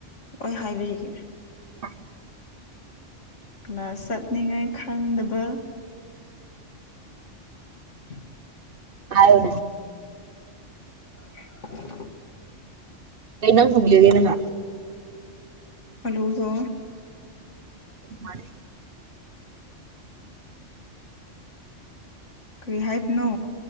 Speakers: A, on the left (about 70°); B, on the right (about 55°).
A: ꯑꯣꯏꯣꯏ ꯍꯥꯏꯕꯤꯒꯦ
B: ꯎꯝ
A: ꯀ꯭ꯂꯥꯁ ꯆꯠꯅꯤꯡꯉꯥꯏ ꯈꯪꯗꯕ <unintelligible>
B: ꯍꯥꯏ ꯎ
A: <unintelligible>
B: ꯀꯩ ꯍꯤꯡꯖꯥꯡ ꯊꯣꯡꯕꯤꯔꯒꯦ ꯏꯅꯝꯃ
A: ꯑꯂꯨꯗꯣ
B: ꯃꯥꯅꯤ
A: ꯀꯔꯤ ꯍꯥꯏꯕꯅꯣ